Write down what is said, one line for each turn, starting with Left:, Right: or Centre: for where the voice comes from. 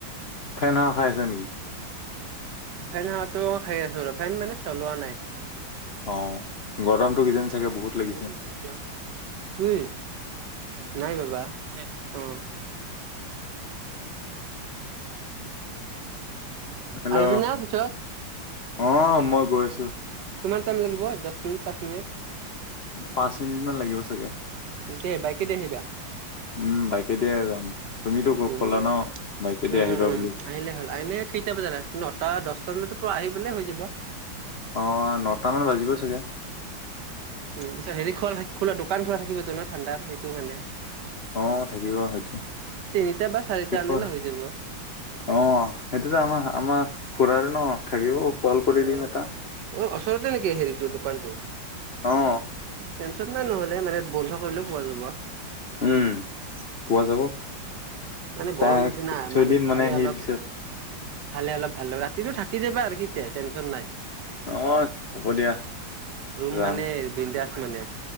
Left: ফেন হাৱা খাই আছে নেকি
Right: ফেন হাৱাটো খাই আছো ৰ ফেন মানে চলোৱা নাই
Left: অ গৰমতো কিজানি চাগে বহুত লাগিছে
Right: <unintelligible> অই নাই বাবা অ <unintelligible>
Left: হেল্ল'
Right: আহিবি না পিছত
Left: অ মই গৈ আছো
Right: কিমান টাইম লাগিব দহ মিনিট পাঁচ মিনিট
Left: পাঁচ মিনিট মান লাগিব চাগে
Right: দে বাইকেদি আহিবা
Left: উম বাইকে দিয়ে তুমিতো ক
Right: উম
Left: কলা ন বাইকেদি
Right: উম
Left: আহিবা
Right: উম
Left: বুলি
Right: উম আহিলে হ'ল আহিলে কেইটা বজাত নটা দহটা তমে তো পোৱা আহিবলে হৈ যাব
Left: অঁ নটামান বাজিব চাগে
Right: উ পিছত হেৰি খোলা খোলা দোকান খোলা থাকিব তো ন ঠাণ্ডাৰ সেইটো মানে
Left: অ থাকিব সেইটো
Right: তিনিটা বা চাৰিটা
Left: কি
Right: আনিলে
Left: প
Right: হৈ যাব।
Left: অ সেইটোত আমাৰ আমাৰ খুুৰাৰে ন থাকিব কল কৰি
Right: অ
Left: দিম এটা
Right: অ ওচৰতে নেকি হেৰিটো দোকানটো
Left: অ
Right: টেনচন নাই নহলে মানে বন্ধ কৰিলেও পোৱা যাব
Left: উম পোৱা যাব
Right: মানে
Left: তাক
Right: গৰম নিচিনা
Left: থৈ
Right: মানে
Left: দিম
Right: খালে
Left: সি
Right: অলপ
Left: পিছত
Right: খালে অলপ অলপ ভাল লগা ৰাতিটো থাকি যাবা আৰু কিতে টেনশ্যন নাই।
Left: অ', হ'ব দিয়া
Right: ৰুম
Left: যাম।
Right: মানে বিন্দাছ মানে